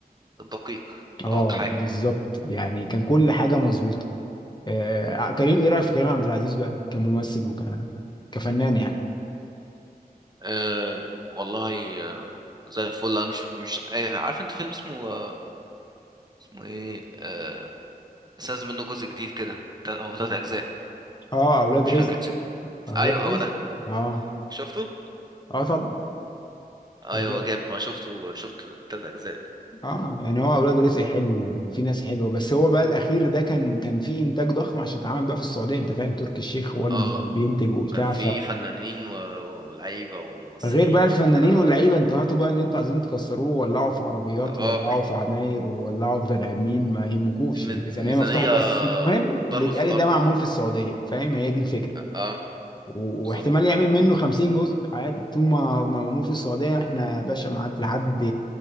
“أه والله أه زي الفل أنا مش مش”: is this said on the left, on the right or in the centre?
Right